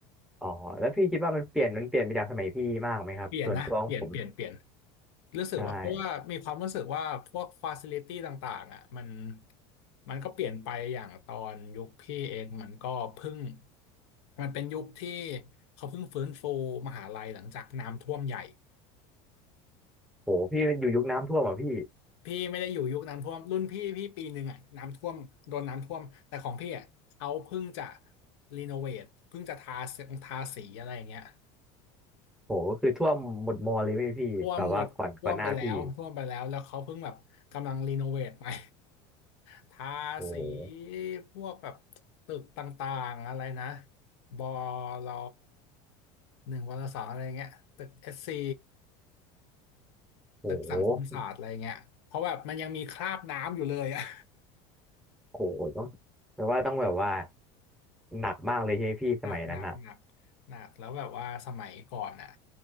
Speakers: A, in the centre; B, on the left.
A: อ๋อแล้วพี่คิดว่ามันเปลี่ยนมันเปลี่ยนไปจากสมัยพี่มากไหมครับส่วนตัวของผม
B: เปลี่ยนนะ เปลี่ยนเปลี่ยนเปลี่ยน รู้สึกว่าเพราะว่ามีความรู้สึกว่าพวกฟาซิลิตี้ต่างๆอ่ะมัน
A: ใช่
B: มันก็เปลี่ยนไปอย่างตอนยุคพี่เองมันก็เพิ่งมันเป็นยุคที่เขาเพิ่งฟื้นฟูมหาลัยหลังจากน้ำท่วมใหญ่
A: โหพี่มันอยู่ยุคน้ำท่วมอ่ะพี่
B: พี่ไม่ได้อยู่ยุคน้ำท่วมรุ่นพี่พี่ปีหนึ่งอ่ะน้ำท่วมโดนน้ำท่วมแต่ของพี่อ่ะเขาเพิ่งจะรีโนเวทเพิ่งจะทาทาสีอะไรอย่างเงี้ย
A: โหก็คือท่วมหมดมอเลยไหมพี่แบบว่าก่อนก่อนหน้าพี่
B: ท่วมหมดท่วมไปแล้วท่วมไปแล้วแล้วเขาเพิ่งแบบกำลังรีโนเวทใหม่ <laughs> ทาสี
A: โห
B: พวกแบบตึกต่างๆอะไรนะบลหนึ่งวลสองอะไรเงี้ยตึกเอสซี
A: โห
B: ตึกสังคมศาสตร์อะไรเงี้ยเพราะแบบมันยังมีคราบน้ำอยู่เลยอะ
A: โหต้องแปลว่าต้องแบบว่าหนักมากเลยใช่ไหมพี่สมัยนั้นอ่ะ
B: หนักหนักหนักหนักแล้วแบบว่าสมัยก่อนอ่ะ